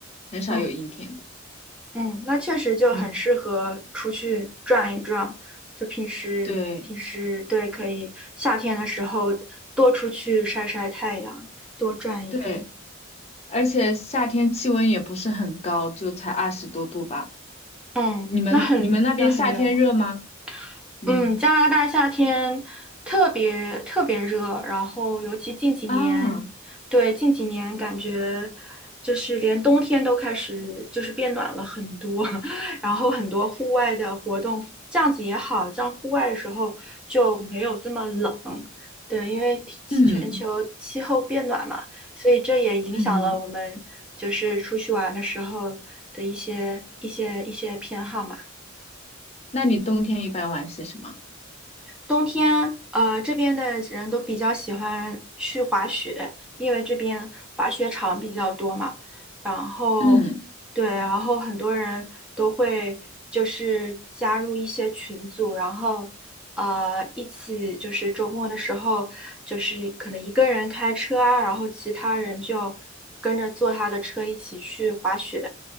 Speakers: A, on the left; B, in the centre.
A: 很少有阴天的。
B: 嗯。嗯，那确实就很适合出去转一转。
A: 嗯，
B: 就平时平时对，
A: 对
B: 可以夏天的时候多出去晒晒太阳，多转一转。
A: 对，而且夏天气温也不是很高，就才二十多度吧。
B: 嗯，
A: 你们你们那边夏天热吗？
B: 那很那很凉快。
A: 嗯
B: 嗯，加拿大夏天特别特别热，然后尤其近几年，
A: 啊，
B: 对，近几年感觉就是连冬天都开始就是变暖了很多，<laughs> 然后很多户外的活动，这样子也好，这样户外的时候就没有这么冷，对，因为天气全球气候变暖嘛，
A: 嗯
B: 所以这也影响了我们就是出去玩的时候的一些一些一些偏好嘛。
A: 嗯，那你冬天一般玩些什么？
B: 冬天，呃，这边的人都比较喜欢去滑雪，因为这边滑雪场比较多嘛。然后，
A: 嗯
B: 对，然后很多人都会就是加入一些群组，然后呃一起就是周末的时候，就是可能一个人开车啊，然后其他人就跟着坐他的车一起去滑雪，